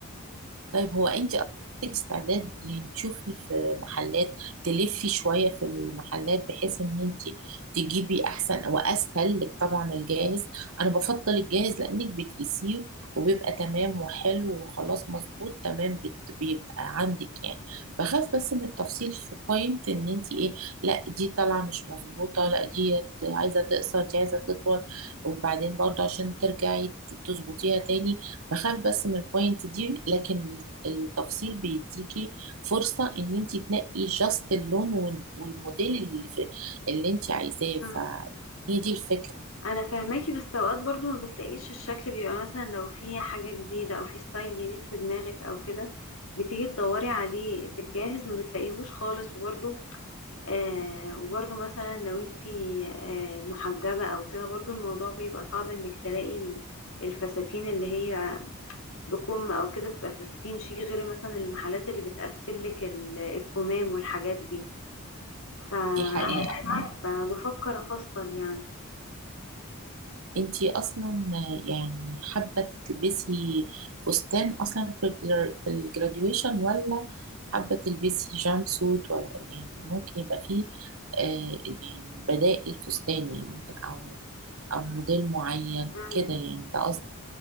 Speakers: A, on the right; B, on the left.
A: طيب هو انت اصلا عندك استعداد يعني تشوفي في محلات تلفي شوية في المحلات بحيث ان انت تجيبي احسن واسهل لك طبعا الجاهز انا بفضل الجاهز لانك بتقيسيه وبيبقى تمام وحلو وخلاص مظبوط تمام بت... بيبقى عندك يعني بخاف بس من التفصيل في بوينت ان انت ايه لا دي طالعة مش مظبوطة لا دي عايزة تقصر دي عايزة تطول وبعدين برضه عشان ترجعي تظبطيها تاني بخاف بس من البوينت دي لكن التفصيل بيديكي فرصة ان انت تنقي جاست اللون وال- والموديل اللي في اللي انت عايزاه
B: مم.
A: فهي دي الفكرة
B: انا فاهماكي بس اوقات برضو ما بتلاقيش الشكل بيبقى مثلا لو في حاجه جديده او في ستايل جديد في دماغك او كده بتيجي تدوري عليه في الجاهز ما بتلاقيهوش خالص وبرضو آه وبرضو مثلا لو انتي آه محجبه او كده برضو الموضوع بيبقى صعب انك تلاقي ال- الفساتين اللي هي بكم او كده تبقى في 60 شيك غير مثلا المحلات اللي بتقفل لك ال- الكمام والحاجات دي فمش
A: دي حقيقة
B: عارفه بفكر <laughs> افصل يعني
A: انت اصلا يعني حابة تلبسي فستان اصلا في الجرا- في الجراديويشن ولا حابة تلبسي جامب سوت و- يعني ممكن يبقى فيه آه يعني بدائل فستان يعني ممكن او او موديل معين
B: مم.
A: كده يعني ده